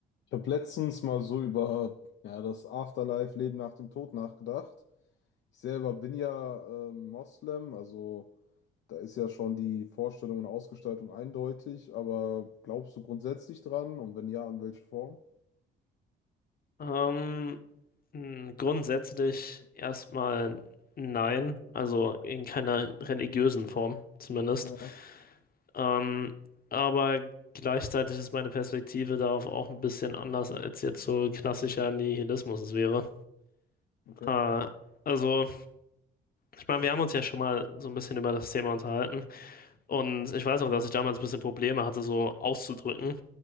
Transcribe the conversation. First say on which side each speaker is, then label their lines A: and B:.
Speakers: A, on the left (about 65°); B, on the left (about 50°).
A: Ich habe letztens mal so über ja, das Afterlife, Leben nach dem Tod nachgedacht. Ich selber bin ja ähm, Moslem, also da ist ja schon die Vorstellung und Ausgestaltung eindeutig, aber glaubst du grundsätzlich dran? Und wenn ja, an welche Form?
B: Ähm, mh, grundsätzlich erstmal nein, also in keiner religiösen Form zumindest.
A: Ja,
B: Ähm, aber gleichzeitig ist meine Perspektive darauf auch ein bisschen anders, als jetzt so klassischer Nihilismus es wäre.
A: okay.
B: Äh, also, ich meine, wir haben uns ja schon mal so ein bisschen über das Thema unterhalten und ich weiß noch, dass ich damals ein bisschen Probleme hatte, so auszudrücken,